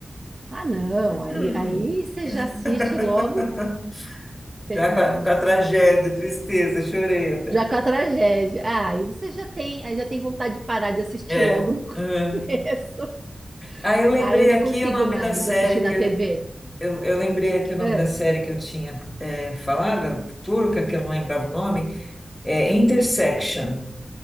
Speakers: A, on the right (about 35°); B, on the left (about 15°).
A: ah não. Aí,
B: Uhum.
A: aí você
B: <laughs>
A: já assiste logo.
B: Já
A: Não,
B: com a, com a tragédia, tristeza, chorei até.
A: já com a tragédia. Ah, aí você já tem, aí já tem vontade de parar de assistir
B: É.
A: logo no <laughs> começo.
B: Uhum. Aí eu lembrei
A: Ah, eu não
B: aqui
A: consigo
B: o nome
A: mais
B: da série
A: assistir
B: que
A: na
B: eu,
A: TV.
B: eu, eu lembrei aqui o nome
A: Ah,
B: da série que eu tinha é, falado, turca, que eu não lembrava o nome, é Intersection.